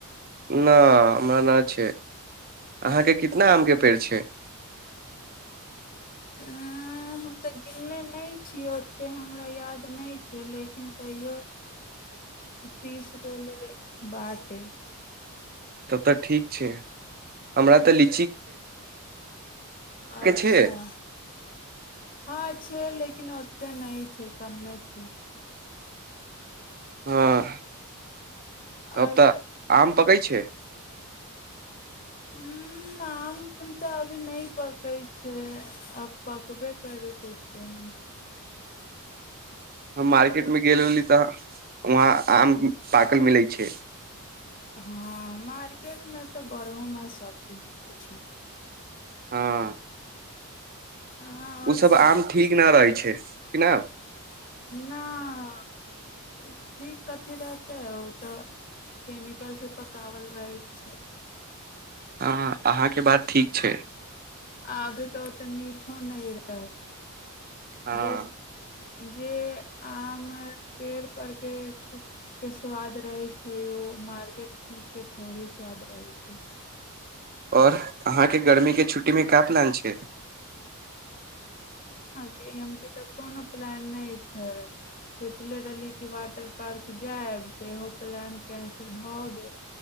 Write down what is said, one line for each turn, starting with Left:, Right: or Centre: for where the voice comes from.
Right: <unintelligible> न हमरा नहि छै अहाँके कितना आमके पेड़ छै
Left: हम तऽ गिनने नहि छियै ओतेक हमरा याद नहि छै लेकिन तैओ तीस गोले बात अइ
Right: तब तऽ ठीक छै हमरा तऽ लि
Left: अच्छा
Right: छै
Left: हँ छै लेकिन ओते नहि गने छै
Right: हँ
Left: आओर
Right: तब तऽ
Left: से
Right: आम पकै छै
Left: उ नाम न त अभी नहि पक पकै छै आब पकबे करै क छै
Right: हम मार्केटमे गेल रहली तऽ वहाँ आम पाकल मिलै छै
Left: हँ मार्केटमे तऽ बरहोमे सभजीज बिलै छै
Right: हँ
Left: हँ आओर
Right: ओसभ
Left: सब
Right: आम ठीक नहि रहै छै केना
Left: नहि ठीक अथी रहतै ओ तऽ केमिकलसँ पकओल रहैत छै
Right: हँ अहाँके बात ठीक छै
Left: आब तो तऽ मीठो न रहै
Right: हँ
Left: जे जे आम पेड़पके के स्वाद रहै छै ओ मार्केटके थोड़े स्वाद रहै छै
Right: और अहाँके ग गर्मी
Left: कहली
Right: के छु्टी के कपनान छै
Left: पटी एम के तऽ कोनो प्लान नहि छै सोचले रहली कि वाटर पार्क जायब तऽ इहो प्लान कैन्सिल भऽ गेल